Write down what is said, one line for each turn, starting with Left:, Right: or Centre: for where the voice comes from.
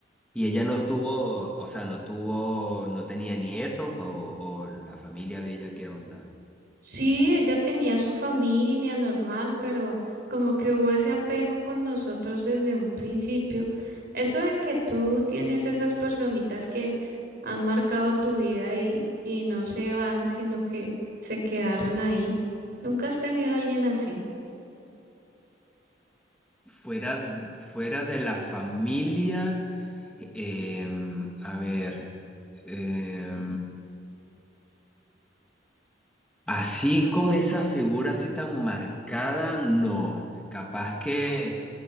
Centre: Y ella no tuvo, o sea, no tuvo, no tenía nietos o, o la familia de ella, ¿qué onda?
Right: Sí, ella tenía su familia normal, pero como que hubo ese apego con nosotros desde un principio. Eso de que tú tienes esas personitas que han marcado tu vida y, y no se van, sino que se quedaron ahí. ¿Nunca has tenido a alguien así?
Centre: Fuera, fuera de la familia, em, a ver, em, así con esa figura así tan marcada, no. Capaz que...